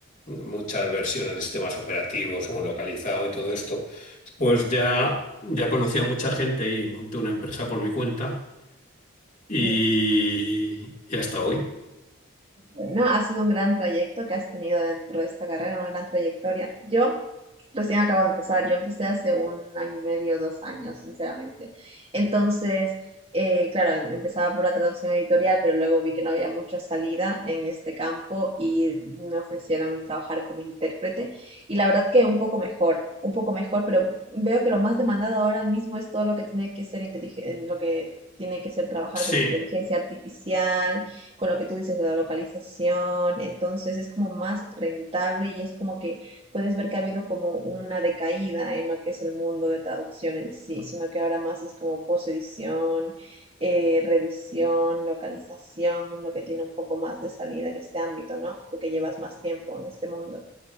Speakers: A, on the left; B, on the right.
A: muchas versiones de sistemas operativos, hemos localizado y todo esto, pues ya, ya conocía a mucha gente y monté una empresa por mi cuenta. Y,
B: ujú.
A: y hasta hoy.
B: Bueno, ha sido un gran trayecto que has tenido dentro de esta carrera, una gran trayectoria. Yo Recién acabo de empezar. Yo empecé hace un año y medio, dos años, sinceramente. Entonces, eh, claro, em- empezaba por la traducción editorial, pero luego vi que no había mucha salida en este campo y me ofrecieron trabajar como intérprete. Y la verdad que un poco mejor, un poco mejor, pero veo que lo más demandado ahora mismo es todo lo que tiene que ser inteligente, lo que tiene que ser trabajar
A: Sí,
B: con inteligencia artificial, con lo que tú dices de la localización. Entonces, es como más rentable y es como que puedes ver que ha habido como una decaída en lo que es el mundo de traducción en sí, sino que ahora más es como posedición, eh, revisión, localización, lo que tiene un poco más de salida en este ámbito, ¿no? Tú que llevas más tiempo en este mundo.